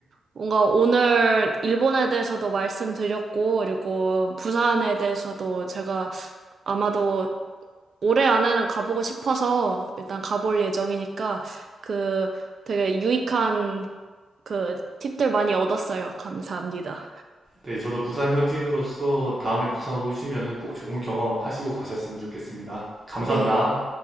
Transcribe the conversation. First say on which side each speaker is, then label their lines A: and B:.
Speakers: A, on the right; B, on the right.
A: 뭔가 오늘 일본에 대해서도 말씀드렸고, 그리고 부산에 대해서도 제가 아마도 올해 안에는 가보고 싶어서 일단 가볼 예정이니까 그 되게 유익한 그 팁들 많이 얻었어요. 감사합니다.
B: 네, 저도 부산 현지인으로서 다음에 부산 오시면은 꼭 좋은 경험 하시고 가셨으면 좋겠습니다. 감사합니다.
A: 네.